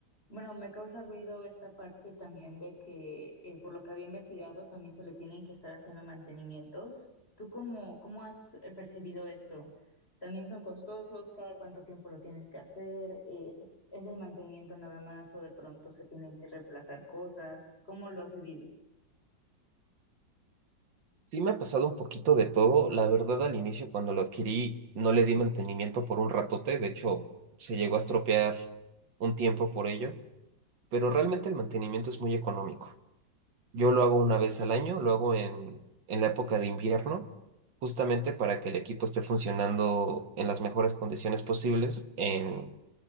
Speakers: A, on the left; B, on the right.
A: bueno, me causa ruido esta parte también de que, eh, por lo que había investigado, también se le tienen que estar haciendo mantenimientos. ¿Tú cómo, cómo has eh, percibido esto? ¿También son costosos? ¿Cada cuánto tiempo lo tienes que hacer? Eh, ¿es el mantenimiento nada más o de pronto se tienen que reemplazar cosas? ¿Cómo lo has vivido?
B: Sí me ha pasado un poquito de todo. La verdad, al inicio cuando lo adquirí no le di mantenimiento por un ratote. De hecho, se llegó a estropear un tiempo por ello. Pero realmente el mantenimiento es muy económico. Yo lo hago una vez al año, lo hago en, en la época de invierno, justamente para que el equipo esté funcionando en las mejores condiciones posibles en,